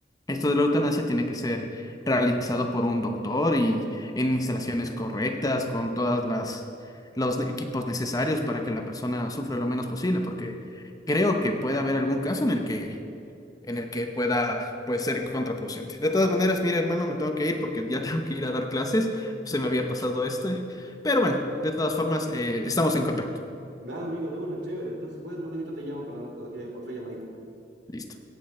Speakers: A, on the left (about 20°); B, on the right (about 80°).
A: esto de la eutanasia tiene que ser realizado por un doctor y en instalaciones correctas, con todas las los equipos necesarios para que la persona sufra lo menos posible, porque creo que puede haber algún caso en el que, en el que pueda, pues, ser contraproducente. De todas maneras, mira, hermano, me tengo que ir porque ya <laughs> tengo que ir a dar clases. Se me había pasado este. Pero bueno, de todas formas, eh, estamos en contacto.
B: Dale, amigo, de una, chévere. Entonces, si puedes, luego te llamo para otra otra llamadita.
A: Listo.